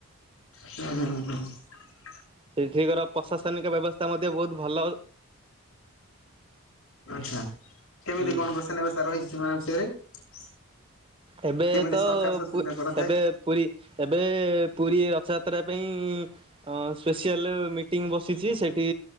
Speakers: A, on the left; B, on the right.
A: ହୁଁ ହୁଁ ହୁଁ ହୁଁ ହୁଁ।
B: ସେଠିକାର ପ୍ରଶାସନିକ ବ୍ୟବସ୍ଥା ମଧ୍ୟ ବହୁତ ଭଲ।
A: ଆଚ୍ଛା କେମିତି
B: ହୁଁ
A: କଣ ପଇସା ନେବେ ତାହା ରହିଛି ସେମାନଙ୍କ ବିଷୟରେ?
B: ଏବେ
A: କେମିତି
B: ତ
A: ସରକାର ସୁବିଧା
B: ପୁ
A: କରିଥାଏ?
B: ଏବେ ପୁରୀ ଏବେ ପୁରୀ ରଥଯାତ୍ରା ପାଇଁ ଅଁ ସ୍ପେସିଆଲ ମିଟିଂ ବସିଛି ସେଇଠି